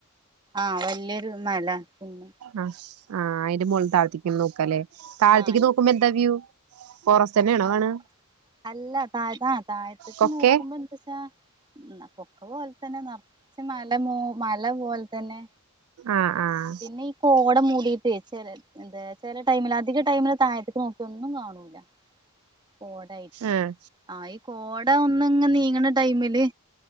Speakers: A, on the right (about 20°); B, on the right (about 70°).
A: ആ വല്യൊരു മല. പിന്നെ
B: ആ ആ. അയിന്റെ മുകളിൽ താഴ്ത്തിക്ക് നോക്കാല്ലേ. താഴ്ത്തിക്ക്
A: ആഹ്
B: നോക്കുമ്പോ എന്താ വ്യൂ. ഫോറസ്റ്റ് തന്നെ
A: എനിക്ക്
B: ആണോ കാണാ
A: അല്ല താഴ ആ തായ്ത്ത്ക്ക്
B: കൊക്കെ
A: നോക്കുമ്പ എന്തച്ചാ പൊക്ക പോലെ തന്നെ നെറച്ച് മലന്നെ മല പോലെ തന്നെ.
B: ആഹ് ആഹ്
A: പിന്നെ ഈ കോട മൂ ടീറ്റ് ചെല എന്ത് ചെല ടൈമില് അധിക ടൈമില് താഴത്തേക്ക് നോക്കിയ ഒന്നും കാണൂല്ല. കോടായിട്ട്.
B: ആഹ്
A: ആ ഈ കോട ഒന്നങ്ങ് നീങ്ങ്ണ ടൈമില്